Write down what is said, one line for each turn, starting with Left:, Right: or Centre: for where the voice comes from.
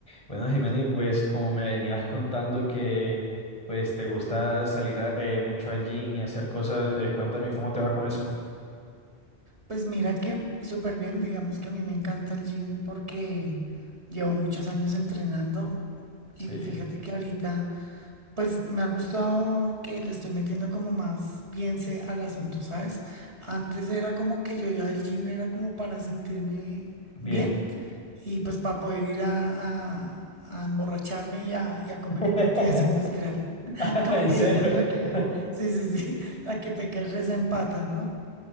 Left: Bueno, Jimena, pues como me venías contando que pues te gusta salir a- eh, mucho al gym y hacer cosas, eh, cuéntame cómo te va con eso.
Right: Pues mira que súper bien, digamos que a mí me encanta el gym porque llevo muchos años entrenando y
Left: Sí,
Right: fíjate que ahorita pues me ha gustado que le estoy metiendo como más piense al asunto, ¿sabes? Antes era como que yo ya el gym era como para sentirme
Left: bien.
Right: bien y pues para poder ir a, a- a emborracharme y a, y a comer
Left: <laughs>
Right: en cantidades <laughs> industriales. Como
Left: En
Right: que
Left: serio.
Right: dicen la
Left: <laughs>
Right: que, sí, sí, sí, la que peca y reza empata, ¿no?